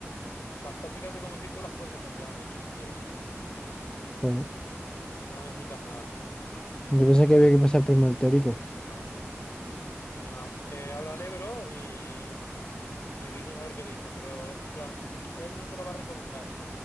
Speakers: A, on the left; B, on the left.
A: Las prácticas de conducir tú las puedes hacer ya, de hecho, si quieres.
B: joder.
A: No necesitas nada.
B: Yo pensé que había que pasar primero el teórico.
A: No. Así que nada. Eh, háblale, bro, y, y me dices a ver qué te dice. Pero, en plan, él no te lo va a recomendar.